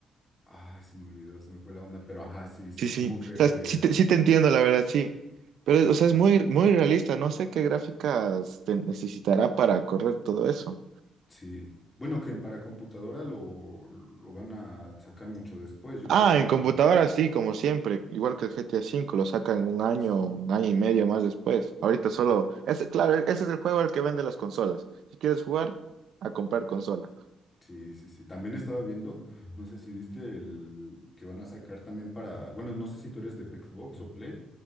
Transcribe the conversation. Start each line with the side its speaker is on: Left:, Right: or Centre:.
Left: ay, se me olvidó, se me fue la onda, pero ajá, sí, sí,
Right: Sí, sí,
Left: como que,
Right: o sea, sí te, sí te entiendo la verdad, sí. Pero,
Left: sí,
Right: o sea, es muy, muy realista, no sé qué gráficas te necesitará para correr todo eso.
Left: sí. Bueno, que para computadora lo, lo van a sacar mucho después, yo
Right: Ah,
Left: creo,
Right: en computadora
Left: ¿no?
Right: sí, como siempre, igual que el GTA V, lo sacan un año,
Left: Sí,
Right: un año y medio más después. Ahorita solo, ese, claro, e-, ese es el juego al que vende las consolas. Si quieres jugar, a comprar consola.
Left: sí, sí, sí. También estaba viendo, no sé si viste el que van a sacar también para, bueno, no sé si tú eres de Xbox o Play,